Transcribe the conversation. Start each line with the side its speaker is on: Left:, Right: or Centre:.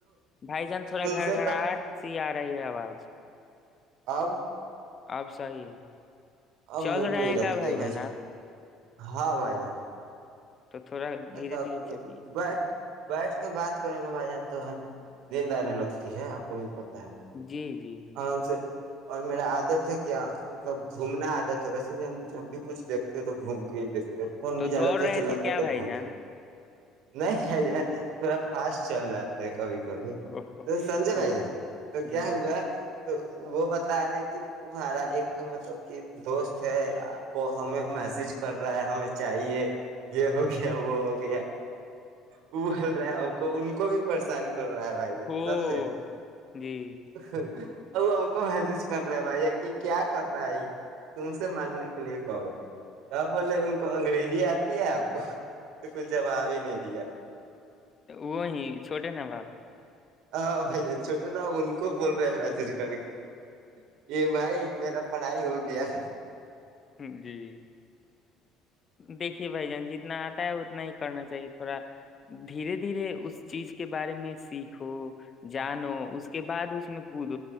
Left: بھائی جان تھوڑا
Right: ان
Left: گھر
Right: سے
Left: گھراہٹ سی آ رہی ہے آواز
Right: آب
Left: آپ صیح ہے
Right: اب
Left: چل
Right: منہ
Left: رہے
Right: پہ ہی
Left: ہیں کیا
Right: رکھتے
Left: جان
Right: بھائی جے
Left: آپ
Right: ہاں بھائی ج <unintelligible>
Left: تو تھوڑا دھیرے
Right: اچھا
Left: دھیرے
Right: اوکےک
Left: چلیے
Right: بائے <unintelligible> بیٹھ کے بات کریں گے بھائی جان تو ہم نیند آنے لگتی ہے آپ کو بھی پ <unintelligible>
Left: جی جی جی <unintelligible>
Right: اوررام سے اور میرا عادت ہے کیا مطلب گھومنا عادت ہے ویسے بھی ہم جب بھی کچھ دیکھتے ہیں تو گھوم کے ہی دیکھتے <unintelligible> پ فون
Left: تو
Right: بھی
Left: دوڑ
Right: زیادہ تر
Left: رہے
Right: چلاتے
Left: تھے کیا
Right: ہیں تو
Left: بھائی
Right: گھوم
Left: جان
Right: کر <unintelligible> نہیں نہیں ج <unintelligible> تھوڑا فاسٹ چل جاتا <unintelligible> ایک کا و
Left: او
Right: <inaudible>
Left: ہو،
Right: تو سمجے بھائی
Left: او،
Right: جا تو کیا
Left: جی
Right: ہوا <unintelligible> تو وہ بتا رہے ہیں کہ تمہارا ایک مطلب کہ دوست ہے آپ کو ہمیں میسج کر رہا ہے ہمیں چاہیے یہ ہو گیا وہ ہو گیا وہ بول رہے ہیں آ کو ان کو بھی پریشان <unintelligible> کر رہا ہےے
Left: ہو
Right: سمجے
Left: جی
Right: <unintelligible> ا وہ ہم کو محسج کر رہے ہے بھائی کہ کیا کر رہا ہے تم سے مانگنے کے لیے کہو <unintelligible> ہ بولے ان کو انگریزی آ <unintelligible> آپ کو <unintelligible> تو کچھ جواب ہی نہیں دیا
Left: وہ ہی چھوٹے نا بااب <unintelligible>
Right: ہ جائے <inaudible> چھوٹے نا ان کو بول رہے ہیں میت <unintelligible> سی <inaudible> یہ بھائی <inaudible> میرا پڑھائی ہو گیا <unintelligible>
Left: ہ جی دیکھیے بھائی جان ج <unintelligible> جتنا آتا ہے اتنا ہی کرنا چاہیے تھوڑا دھیرے دھیرے اس چیز کے بارے میں سیکھ <unintelligible> جانو اس کے بعد اس میں <unintelligible> کود